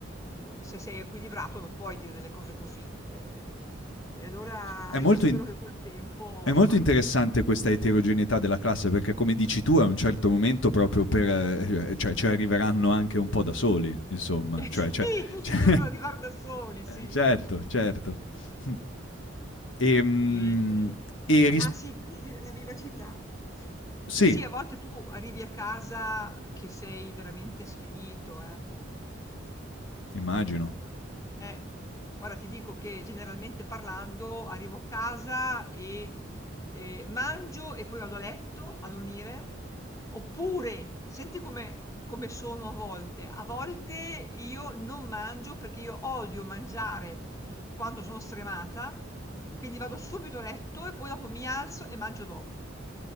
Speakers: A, on the left; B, on the left.
A: mm, se sei equilibrato non puoi dire delle cose così. eh. e allora
B: È molto
A: io spero
B: in
A: che col tempo,
B: È
A: insomma,
B: molto interessante questa eterogeneità della classe perché come dici tu a un certo momento proprio per ehm, cioè ci arriveranno anche un po' da soli, insomma,
A: <laughs> sì,
B: cioè cioè <laughs>
A: ci devono arrivare da soli, sì.
B: certo, certo. <laughs> Mh. Ehm,
A: Ehm,
B: e
A: ah sì, quindi di la vivacità.
B: sì,
A: Sì, a volte tu arrivi a casa che sei veramente sfinito, eh.
B: immagino.
A: Eh, guarda, ti dico che generalmente parlando arrivo a casa e eh, mangio e poi vado a letto a dormire, oppure senti come, come sono a volte. A volte io non mangio perché io odio mangiare quando sono stremata, quindi vado subito a letto e poi dopo mi alzo e mangio dopo,